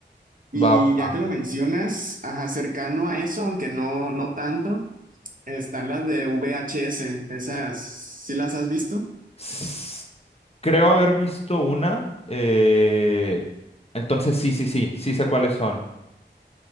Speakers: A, on the right; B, on the left.
A: Y
B: Va, va,
A: ya
B: va.
A: que lo mencionas, ajá, cercano a eso, aunque no, no tanto, están las de VHS, esas, ¿sí las has visto?
B: S- Creo haber visto una. eh, Entonces sí, sí, sí, sí sé cuáles son.